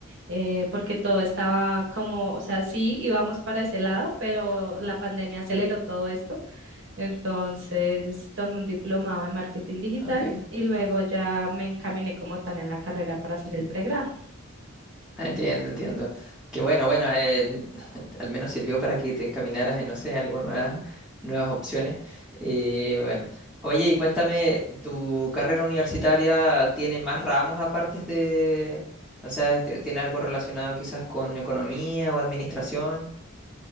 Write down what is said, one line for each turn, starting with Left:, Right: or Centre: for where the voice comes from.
Right: eh, porque todo estaba como, o sea, sí íbamos para ese lado, pero la pandemia aceleró todo esto entonces tomé un diplomado de marketing digital
Centre: ok.
Right: y luego ya me encaminé como tal en la carrera para hacer el pregrado.
Centre: Ah, Entiendo, entiendo. Que bueno, bueno, eh, <laughs> al menos sirvió para que te encaminaras en, no sé, algo nuevas, nuevas opciones. Y bueno, oye, y cuéntame, ¿tu carrera universitaria tiene más ramos aparte de, o sea, este, tiene algo relacionado quizás con economía o administración?